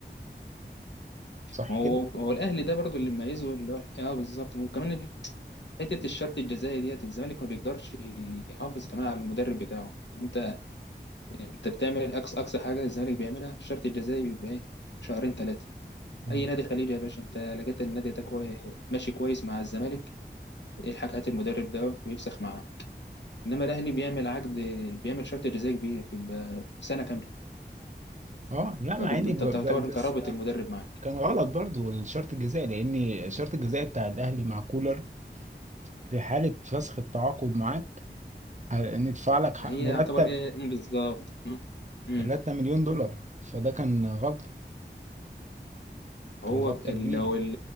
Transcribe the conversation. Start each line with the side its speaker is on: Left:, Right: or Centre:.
Right: صح
Left: ما هو هو الاهلي ده برضو اللي مميزه اللي هو اه بالظبط وكمان حته الشرط الجزائي ديت الزمالك ما بيقدرش يحافظ كمان على المدرب بتاعه انت يعني انت بتعمل اقصى اقصى حاجه الزمالك بيعملها في الشرط الجزائي بيبقى ايه شهرين ثلاثه
Right: مم.
Left: اي نادي خليجي يا باشا انت لقيت إن النادي ده كوي... ماشي كويس مع الزمالك الحاج هات المدرب ده ويفسخ معاه انما الاهلي بيعمل عقد بيعمل شرط جزائي كبير بيبقى سنه كامله
Right: اه لا ما
Left: فبيبقى
Right: عادي
Left: انت
Right: ب-
Left: بتعتبر
Right: ب-
Left: انت
Right: بس
Left: رابط
Right: كان
Left: المدرب معاك
Right: كان غلط برضو الشرط الجزائي لان الشرط الجزائي بتاع الاهلي مع كولر في حاله فسخ التعاقد معاه ه- ندفع لك حق
Left: ما هي
Right: مرتب
Left: يعتبر ايه بالظبط امم
Right: 3 مليون دولار فده كان غلطه
Left: هو
Right: كان غلطه
Left: ك- لو
Right: كبيره
Left: ال...